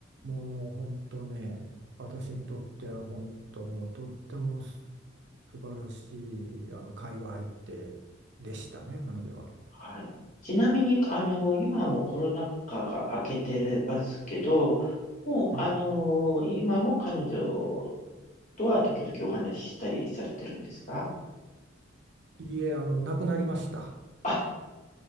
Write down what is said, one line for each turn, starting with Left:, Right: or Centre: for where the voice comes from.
Right: もう本当ね、私にとっては本当もうとっても素晴らしいあの会話相手でしたね、彼女は。
Left: はい。ちなみに、あの、今はもうコロナ禍が明けてますけど、もう、
Right: え
Left: あの、今も彼女とは時々お話ししたりされてるんですか
Right: え、いえ、あの、亡くなりました。
Left: あ、